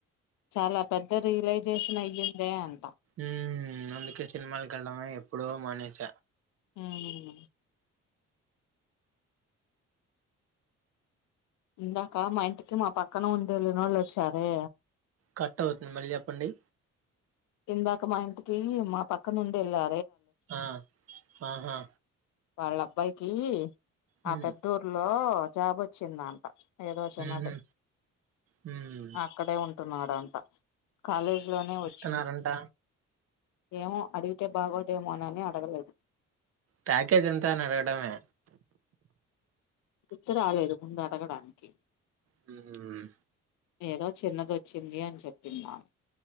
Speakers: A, on the left; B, on the right.
A: చాలా పెద్ద రియలైజేషన్ అయ్యిందే అం
B: హమ్ అందుకే సినిమాల కేలడమే ఎపుడూ మానేస
A: హమ్ ఇందాక మా ఇంటికి మా పక్కన ఉండేళ్ళనోళ్ళు వచ్చారు
B: కట్ అవుతుంది మళ్ళీ చెప్పండి
A: ఇందాక మా ఇంటికి మా పక్క నుండి వెళ్ళా
B: ఆ ఆాహా
A: వాళ్ళ అబ్బాయికి
B: హ్మ్.
A: ఆ పెద్ద ఊర్లో జాబ్ వచ్చిందట ఏదు వశన్నటే
B: హుహు. హ్మ్.
A: అక్కడ ఉంట న్నాడంట కాలేజ్ లోనే వచ్
B: న్నాారంట
A: ఏమో అడిగితే బాగోదేమోనని అడగలేదు
B: ప్యాకేజ్ ఎంత అని ఆడగడమే
A: గుర్తు రాలేదు ముందుడగడానికి
B: హమ్
A: ఏదో చిన్నది వచ్చింది అని చెప్పింది అమే